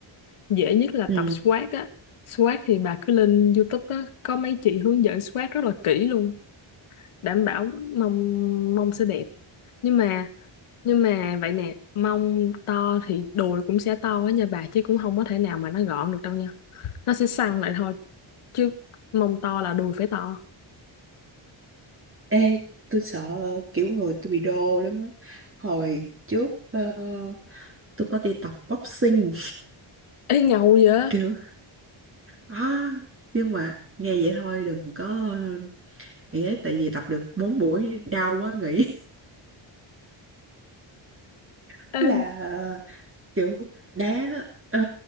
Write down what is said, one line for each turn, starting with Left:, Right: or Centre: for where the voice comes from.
Left: dễ nhất là tập
Right: ừ
Left: squat á squat thì bà cứ lên YouTube á có mấy chị hướng dẫn squat rất là kỹ luôn đảm bảo mông mông sẽ đẹp nhưng mà nhưng mà vậy nè mông to thì đùi cũng sẽ to á nha bà chứ cũng không có thể nào mà nó gọn được đâu nha nó sẽ săn lại thôi chứ mông to là đùi phải to
Right: Ê, tôi sợ kiểu người tôi bị đô lắm á. Hồi trước ờ, tôi có đi tập boxing
Left: ê ngầu vậy
Right: <laughs> kiểu à, nhưng mà nghe vậy thôi đừng có nghĩ ấy, tại vì tập được 4 buổi đau quá nghĩ <laughs>
Left: ê
Right: là ờ, kiểu đá ờ,